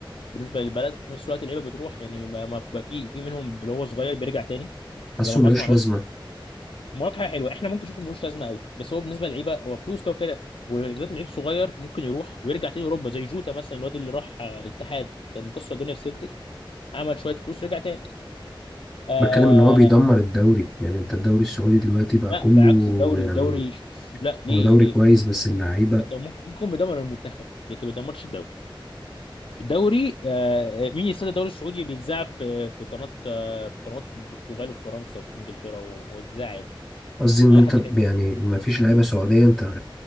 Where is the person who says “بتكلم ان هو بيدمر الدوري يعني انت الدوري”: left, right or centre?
Centre